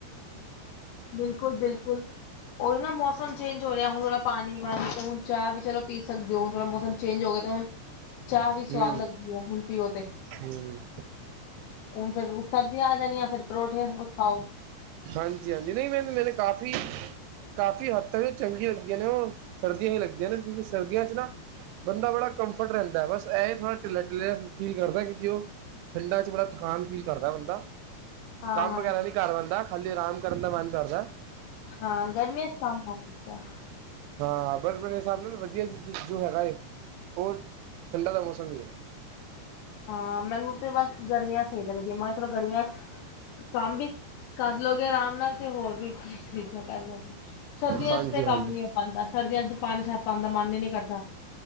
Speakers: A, on the left (about 80°); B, on the right (about 85°).
A: ਬਿਲਕੁਲ-ਬਿਲਕੁਲ। ਉਹੀ ਨਾ ਮੌਸਮ ਚੇਂਜ ਹੋ ਰਿਹਾ। ਹੁਣ ਥੋੜਾ ਪਾਣੀ- ਵਾਣੀ ਤੇ ਹੁਣ ਚਾਹ ਵੀ ਚਲੋ ਪੀ ਸਕਦੇ ਹੋ ਥੋੜਾ ਮੌਸਮ ਚੇਂਜ ਹੋ ਗਏ ਦਾ ਹੁਣ, ਚਾਹ ਵੀ ਸਵਾਦ
B: ਹੂੰ
A: ਲੱਗਦੀ ਹੈ ਹੁਣ ਪੀਓ ਤੇ।
B: ਹੂੰ
A: ਹੁਣ ਫੇਰ ਸਬਜ਼ੀਆਂ ਆ ਜਾਣੀਆਂ ਫੇਰ ਪਰੌਂਠਿਆਂ ਚ ਖਾਓ।
B: ਹਾਂਜੀ-ਹਾਂਜੀ, ਨਹੀਂ ਨਹੀ ਨਹੀ ਕਾਫ਼ੀ ਕਾਫ਼ੀ ਹੱਦ ਤੱਕ ਉਹ ਚੰਗੀਆਂ ਹੁੰਦੀਆਂ ਨੇ ਉ ਸਰਦੀਆਂ ਹੀ ਲੱਗਦੀਆਂ ਨੇ ਕਿਉਂਕਿ ਸਰਦੀਆਂ ਚ ਨਾ ਬੰਦਾ ਬੜਾ ਕੰਫਰਟ ਰੈਂਦੈ, ਬਸ ਐ ਏ ਥੋੜਾ ਢਿੱਲਾ-ਢਿੱਲਾ ਫੀਲ ਕਰਦੈ ਕਿਉਂਕਿ ਓ ਠੰਡਾ 'ਚ ਬੜਾ ਥਕਾਨ ਫੀਲ ਕਰਦੈ ਬੰਦਾ।
A: ਹਾਂ-ਹਾਂ
B: ਕੰਮ ਵਗੈਰਾ ਨੀ ਕਰ ਪਾਂਦਾ, ਖਾਲੀ ਅਰਾਮ ਕਰਨ ਦਾ ਮਨ ਕਰਦੈ।
A: ਹਾਂ, ਗਰਮੀਆਂ 'ਚ ਕੰਮ ਹੋ ਸਕਦੈ।
B: ਹਾਂ, ਪਰ ਮੇਰੇ ਹਿਸਾਬ ਨਾਲ, ਵਧੀਆ ਜ ਜੋ ਹੈਗਾ ਏ ਔਰ ਠੰਡਾ ਦਾ ਮੌਸਮ ਵੀ ਏ।
A: ਹਾਂ, ਮੈਨੂੰ ਤੇ ਬਸ ਗਰਮੀਆਂ ਸਈ ਲੱਗਦੀਐਂ। ਮੈਂ ਸਿਰਫ ਗਰਮੀਆਂ 'ਚ ਕੰਮ ਵੀ ਕਰਲੋਗੇ ਆਰਾਮ ਨਾਲ ਤੇ ਹੋਰ ਵੀ <unintelligible> ਚੀਜਾਂ ਕਰਲੋਗੇ। ਸਰਦੀਆਂ
B: ਹਾਂਜੀ
A: 'ਚ ਤੇ
B: ਹਾਂਜੀ
A: ਕੰਮ ਨੀ ਹੋ ਪਾਂਦਾ। ਸਰਦੀਆਂ 'ਚ ਪਾਨੀ 'ਚ ਹੱਥ ਪਾਨ ਦਾ ਮਨ ਈ ਨੀ ਕਰਦਾ।